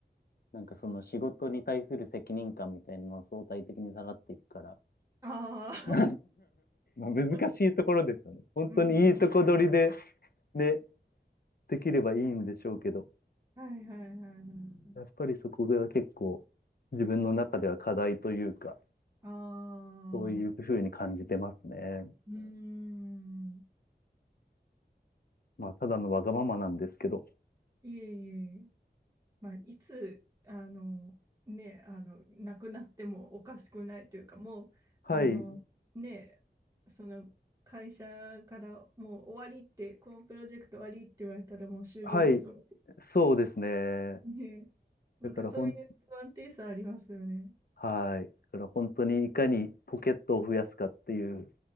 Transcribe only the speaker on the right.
ああ、
<laughs>
うん。
はいはいはいは
い。
ああ、
うーん。
いえいえ。まあ、いつあの、ね、あの亡くなってもおかしくないというかもうあの、
ね、その会社からもう終わりってこのプロジェクト終わりって言われたらもう終了ですも
んね。<laughs> なんかそういう不安定さありますよね。